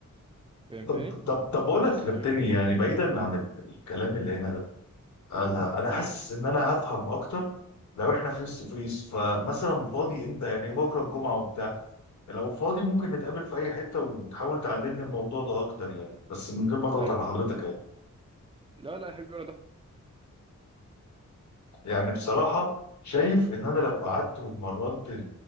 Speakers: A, on the right (about 20°); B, on the left (about 70°).
A: فهمتني
B: طب طب طب اقول
A: بس
B: لك يا كابتن
A: يا حبيبي
B: يعني بعيدا عن ال- الكلام اللي هنا ده انا انا حاسس
A: مم.
B: ان انا هفهم اكتر لو احنا فيس تو فيس فمثلا فاضي امتى يعني بكره الجمعه وبتاع لو فاضي ممكن نتقابل في اي حته وتحاول تعلمني الموضوع ده اكتر يعني بس من غير ما اضغط
A: طيب
B: على حضرتك يعني
A: لا لا يا حبيبي ولا ضغط
B: يعني بصراحة شايف إن أنا لو قعدت واتمرنت